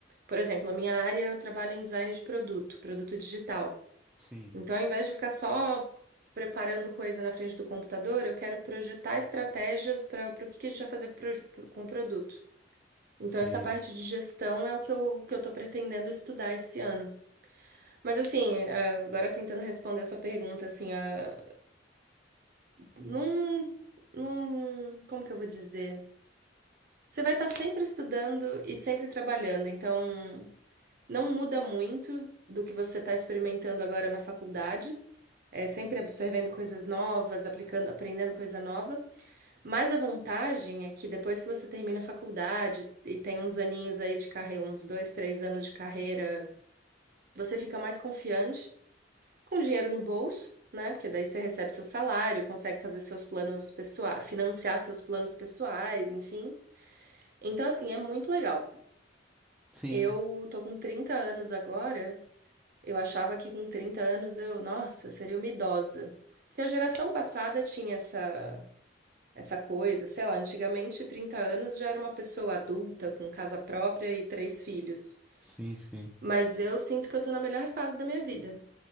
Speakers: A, on the right; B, in the centre.
A: por exemplo, a minha área eu trabalho em design de produto, produto digital.
B: Sim,
A: Então, ao invés de ficar só preparando coisa na frente do computador, eu quero projetar estratégias para o que que a gente vai fazer pro- pro- com o produto. Então,
B: sim,
A: essa parte de gestão é o que eu, que eu tô pretendendo estudar esse ano. Mas, assim, eh, agora tentando responder a sua pergunta, assim, ah, num, num, como que eu vou dizer? Você vai estar sempre estudando e sempre trabalhando, então não muda muito do que você está experimentando agora na faculdade. É sempre absorvendo coisas novas, aplicando, aprendendo coisa nova. Mas a vantagem é que depois que você termina a faculdade e tem uns aninhos aí de carreira, uns dois, três anos de carreira Você fica mais confiante, com dinheiro no bolso, né? Porque daí você recebe seu salário, consegue fazer seus planos pessoais, financiar seus planos pessoais, enfim. Então, assim, é muito legal.
B: sim,
A: Eu tô com 30 anos agora. Eu achava que com 30 anos eu, nossa, eu seria uma idosa. Porque a geração passada tinha essa essa coisa, sei lá, antigamente 30 anos já era uma pessoa adulta, com casa própria e três filhos.
B: sim, sim.
A: Mas eu sinto que eu tô na melhor fase da minha vida.